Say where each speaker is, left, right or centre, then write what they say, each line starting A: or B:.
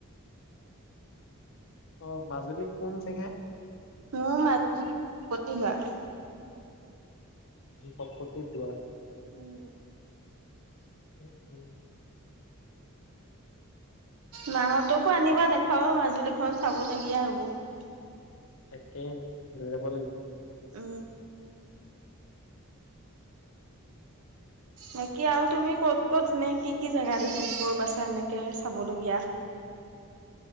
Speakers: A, on the left; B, on the right.
A: অ মাজুলীত কোন চোগ
B: মোৰ মাত প্ৰতিবাৰ
A: প্ৰকতিৰ দাৰ
B: উম
A: উ উম
B: মাহতকো আনিবা দেখুৱাবা মাজুলীখন চাব লগগীয়া এইবোৰ <unintelligible>
A: একে লৈ যাব লাগিব
B: অ বাকী আৰু তুমি ক'ত ক'ত এনে কি কি জোগা দেখিব পাইছা এনেকে চাব লগগীয়া